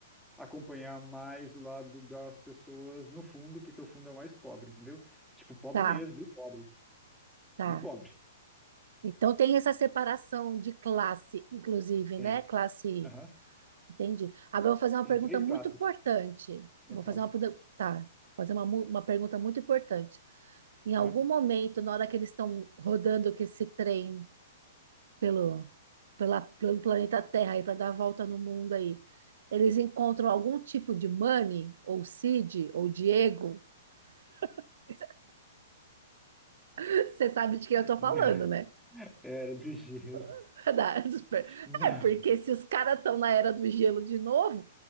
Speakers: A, in the centre; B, on the right.
A: acompanhar mais o lado das pessoas no fundo, porque o fundo é o mais pobre, entendeu? Tipo, pobre
B: Tá,
A: mesmo, bem pobre,
B: tá.
A: bem pobre.
B: Então tem essa separação de classe, inclusive,
A: Tem.
B: né? Classe
A: Aham.
B: Entendi. Agora eu vou fazer uma
A: Tem
B: pergunta
A: três
B: muito
A: classes.
B: importante.
A: no
B: Vou
A: caso.
B: fazer uma, produ- tá, vou fazer uma, mu- uma pergunta muito importante. Em algum
A: Aham.
B: momento, na hora que eles estão rodando com esse trem pelo, pela, pelo planeta Terra aí para dar a volta no mundo aí, eles encontram algum tipo de Manny ou Cid, ou Diego? <laughs> Você sabe de quem eu tô
A: Não,
B: falando, né?
A: era do gelo.
B: <laughs> Da-
A: Não,
B: É, porque se os caras estão na era do gelo de novo,